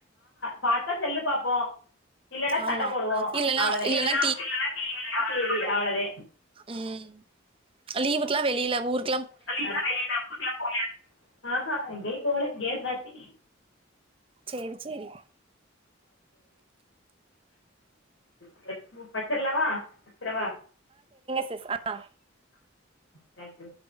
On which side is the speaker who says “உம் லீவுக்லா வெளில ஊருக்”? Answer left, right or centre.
Right